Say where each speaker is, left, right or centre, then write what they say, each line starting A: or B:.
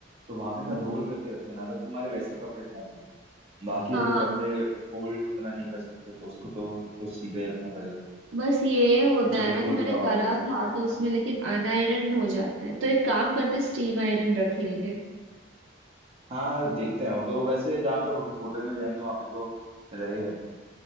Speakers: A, on the right; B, on the right.
A: तो वहां पे ना
B: हम्म।
A: रोल करके रख देना अगर तुम्हारे वैसे कपड़े हैं तो बाकी
B: हाँ
A: अगर कपड़े फोल्ड उतना नहीं कर सकते तो उसको तो तो सीधा ही रखना पड़ेगा
B: बस ये होता
A: जो
B: है ना
A: कुर्ता
B: कि मैंने
A: हो
B: करा
A: गया ये सब
B: था
A: हो गया
B: तो उसमें लेकिन अनआयरन हो जाते हैं तो एक काम करते हैं स्टीम आयरन रख लेंगे
A: हाँ देखते हैं वो तो वैसे जहाँ पे हम होटल में जाएंगे वहां पे तो रहेगा ही